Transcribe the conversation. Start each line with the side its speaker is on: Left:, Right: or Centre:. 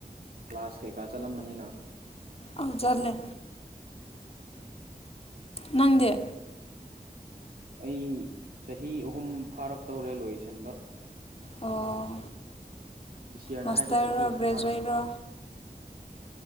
Right: ꯀ꯭ꯂꯥꯁ ꯀꯩꯀꯥ ꯆꯠꯂꯝꯕꯅꯤꯅ
Left: ꯑꯎ ꯖꯠꯂꯦ ꯅꯪꯗꯤ
Right: ꯑꯩ ꯆꯍꯤ ꯑꯍꯨꯝ ꯐꯥꯔꯛꯇꯧꯔꯦ ꯂꯣꯏꯁꯤꯟꯕ
Left: ꯑꯣ
Right: ꯗꯤꯁꯤꯌꯥꯅ
Left: ꯃꯥꯁꯇꯔꯔꯣ
Right: ꯍꯥꯏꯔꯗꯤ ꯆꯍꯤ ꯑꯍꯨꯝ
Left: ꯒ꯭ꯔꯦꯖꯨꯋꯦꯠꯔꯣ
Right: ꯐꯥꯔꯅꯤ